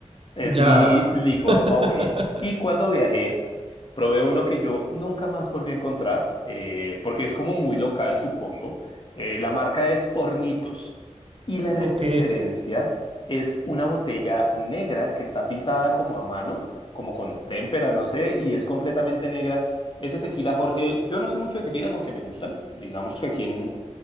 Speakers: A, on the left; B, on the right.
A: Es
B: ya.
A: mi licor
B: <laughs>
A: favorito. Y cuando viajé, probé uno que yo nunca más volví a encontrar, eh, porque es como muy local, supongo. Eh, la marca es Hornitos. Y la referencia
B: ok.
A: es una botella negra que está pintada como a mano, como con témpera, no sé, y es completamente negra. Ese tequila, Jorge, yo no sé mucho de tequilas, aunque me gustan. Digamos que aquí en